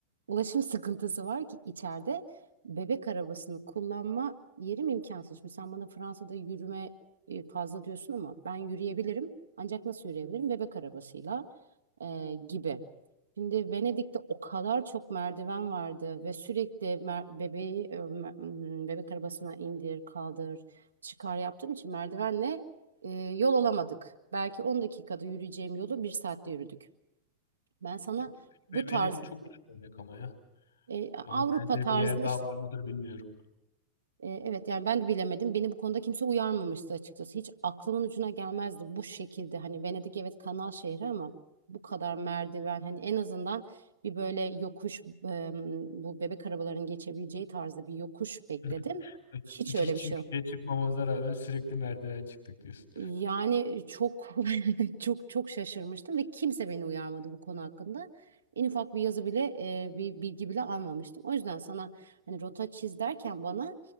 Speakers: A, on the right; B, on the left.
A: ulaşım <laughs> sıkıntısı var ki içeride bebek arabasını kullanma yerim imkansız. Şimdi sen bana Fransa'da yürüme e, fazla diyorsun ama ben yürüyebilirim. Ancak nasıl yürüyebilirim? Bebek arabasıyla e, gibi. Şimdi Venedik'te o kadar çok merdiven vardı ve sürekli mer- bebeği e, mer- m, bebek arabasına indir, kaldır, çıkar yaptığım için merdivenle e, yol alamadık. Belki 10 dakikada yürüyeceğim yolu 1 saatte yürüdük. Ben sana
B: Yap-
A: bu
B: Ve
A: tarz
B: Venedik çok uç örnek ama ya.
A: e, Avrupa
B: Onun benzeri
A: tarzında
B: bir yer daha
A: işte
B: var mıdır bilmiyorum.
A: E, Evet yani ben de bilemedim. Beni bu konuda kimse uyarmamıştı açıkçası. Hiç aklımın ucuna gelmezdi bu şekilde. Hani Venedik evet kanal şehri ama bu kadar merdiven hani en azından bir böyle yokuş e, bu bebek arabalarının geçebileceği tarzda bir yokuş bekledim.
B: <laughs>
A: Hiç
B: Hiç
A: öyle
B: hiç
A: bir şey
B: yükseğe
A: yok.
B: çıkmamamıza rağmen sürekli merdiven çıktık diyorsun.
A: Yani çok <laughs> çok çok şaşırmıştım ve kimse beni uyarmadı bu konu hakkında. En ufak bir yazı bile e, bir bilgi bile almamıştım. O yüzden sana hani rota çiz derken bana